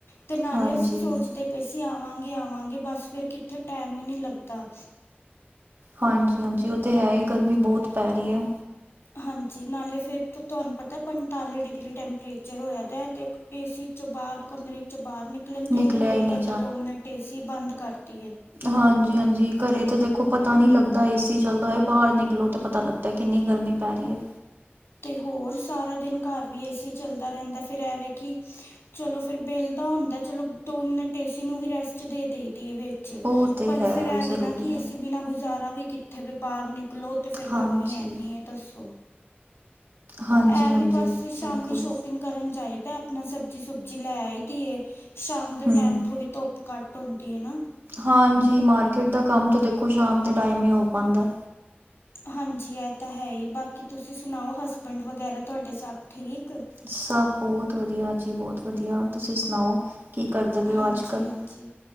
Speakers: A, on the left; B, on the right.
A: ਤੇ ਨਾਲੇ
B: ਹਾਂਜੀ
A: ਅਸੀ ਸੋਚਦੇ ਤੇ ਅਸੀ ਆਵਾਂਗੇ-ਆਵਾਂਗੇ ਬਸ ਫੇਰ ਕਿੱਥੇ ਟੈਮ ਈ ਨੀ ਲੱਗਦਾ
B: ਹਾਂਜੀ-ਹਾਂਜੀ ਔ ਤੇ ਹੈ ਈ ਗਰਮੀ ਬੋਤ ਪੈ ਰੀ ਐ।
A: ਹਾਂਜੀ, ਨਾਲੇ ਫੇਰ ਤੁਹਾਨੂੰ ਪਤਾ ਪੰਤਾਲੀ ਡਿਗਰੀ ਟੈਂਪਰੇਚਰ ਹੋਇਆ ਤੇ ਏਸੀ ਚੋ ਬਾਰ ਕਮਰੇ ਚੋ ਬਾਰ ਨਿਕਲਨ
B: ਨਿਕਲਿਆ
A: ਤੇ ਈ ਨੀ ਦਿਲ
B: ਹੀ ਨਹੀਂ
A: ਕਰਦਾ, ਦੋ ਮਿੰਟ ਏਸੀ ਬੰਦ ਕਰ ਦੀਏ।
B: ਹਾਂਜੀ-ਹਾਂਜੀ ਘਰੇ ਤੇ ਦੇਖੋ ਪਤਾ ਨੀ ਲੱਗਦਾ ਏਸੀ ਚੱਲਦਾ ਹੋਇਆ, ਬਾਰ ਨਿਕਲੋ ਤੇ ਪਤਾ ਲੱਗਦਾ ਕਿੰਨੀ ਗਰਮੀ ਪੈ ਰੀ ਏ।
A: ਤੇ ਹੋਰ ਸਾਰਾ ਦਿਨ ਘਰ ਵੀ ਏਸੀ ਚੱਲਦਾ ਰੇਦਾ, ਫੇਰ ਐਵੇ ਕਿ ਚਲੋ ਫੇਰ ਬਿਲ ਦਾ ਹੁੰਦਾ, ਚਲੋ ਦੋ ਮਿੰਟ ਏਸੀ ਨੂੰ ਵੀ ਰੈਸਟ ਦੇ ਦੇਈ ਦੀ ਵੇ।
B: ਉਹ ਤੇ
A: ਪਰ
B: ਹੈ
A: ਫੇਰ
B: ਉਹ
A: ਐ
B: ਜ਼ਰੂਰੀ
A: ਏਨਾ ਕਿ
B: ਹੈ
A: ਏਸੀ ਬਿਨਾਂ ਗੁਜ਼ਾਰਾ ਵੀ ਕਿੱਥੇ ਵੇ ਬਾਰ ਨਿਕਲੋ ਤੇ ਫੇਰ
B: ਹਾਂਜੀ
A: ਗਰਮੀ ਐਨੀ ਐ ਦੱਸੋ
B: ਹਾਂਜੀ
A: ਐ
B: ਹਾਂਜੀ
A: ਵੀ ਬਸ ਸ਼ਾਮੀ
B: ਬਿਲਕੁਲ
A: ਸ਼ੋਪਿੰਗ ਕਰਨ ਜਾਈਦਾ, ਆਪਨਾ ਸਬਜ਼ੀ-ਸੁਬਜ਼ੀ ਲੈ ਆਈ ਦੀ ਏ, ਸ਼ਾਮ ਦੇ
B: ਹਮ
A: ਟੈਮ ਥੋੜੀ ਧੁੱਪ ਘੱਟ ਹੁੰਦੀ ਏ ਨਾ
B: ਹਾਂਜੀ ਮਾਰਕੀਟ ਦਾ ਕੰਮ ਤਾ ਦੇਖੋ ਸ਼ਾਮ ਦੇ ਟਾਈਮ ਈ ਹੋ ਪਾਂਦਾ।
A: ਹਾਂਜੀ ਐ ਤੇ ਹੈ ਈ ਬਾਕੀ ਤੁਸੀ ਸੁਨਾਓ ਹਸਬੈਂਡ ਵਗੈਰਾ ਤੁਹਾਡੇ ਸਬ ਠੀਕ ਏ?
B: ਸਬ ਬੋਤ ਵਧੀਆ ਜੀ ਬੋਤ ਵਧੀਆ, ਤੁਸੀ ਸੁਨਾਓ ਕੀ ਕਰਦੇ ਪਏ ਔ
A: ਹਾਂਜੀ
B: ਅੱਜ-ਕੱਲ?
A: ਹਾਂਜੀ